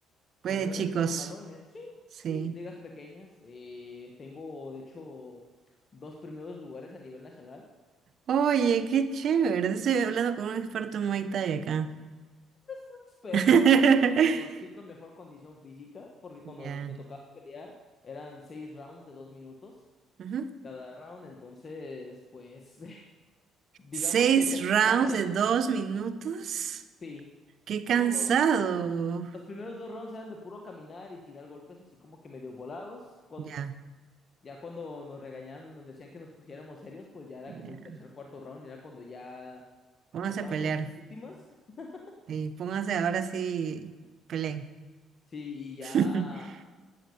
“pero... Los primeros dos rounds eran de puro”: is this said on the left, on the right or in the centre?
Left